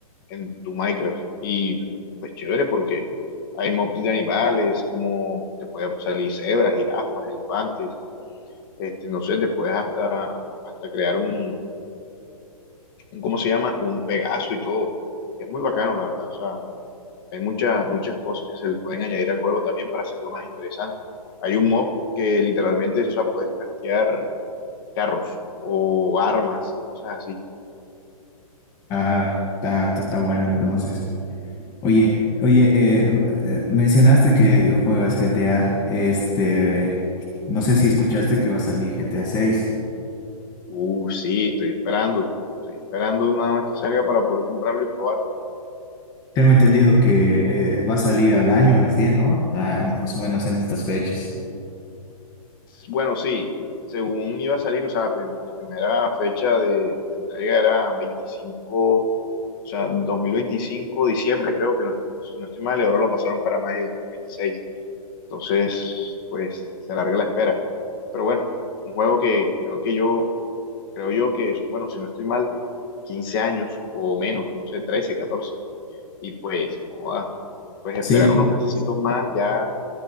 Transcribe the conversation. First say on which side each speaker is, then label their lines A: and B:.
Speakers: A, on the left; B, on the left.
A: en tu Minecraft. Y pues chévere porque hay mobs de animales, como te pueden salir cebras, jirafas, elefantes, este, no sé, te puedes hasta, hasta crear un, un, ¿cómo se llama? Un Pegaso y todo. Es muy bacano, la verdad. O sea, hay muchas, muchas cosas que se le pueden añadir al juego también para hacerlo más interesante. Hay un mob que literalmente, o sea, puedes castear carros o armas y cosas así.
B: Ah, está, está está bueno entonces. Oye, oye, eh, eh, mencionaste que juegas GTA. Este, no sé si escuchaste que va a salir GTA seis.
A: Uh, sí, estoy esperando. Estoy esperando nada más que salga para poder comprarlo y probarlo.
B: Tengo entendido
A: Porque, imagínate.
B: que eh, va a salir al año recién, ¿no? Ah, más o menos en estas fechas.
A: bueno, sí, según iba a salir, o sea, la, prim- la primera fecha de, de entrega era 25, o sea, 2025 diciembre, creo que no, no- si no estoy mal, y ahora lo pasaron para mayo de 2026. Entonces, pues se alarga la espera. Pero bueno, un juego que creo que yo, creo yo que, es, bueno, si no estoy mal, 15 años o menos, no sé, 13 catorce Y pues, joda, pues esperar
B: Sí,
A: unos mesecitos más ya,